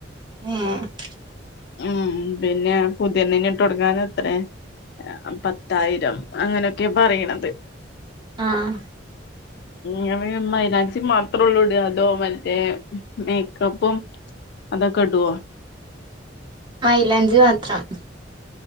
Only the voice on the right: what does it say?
ഉം
ആഹാ
മൈലാഞ്ചി മാത്രം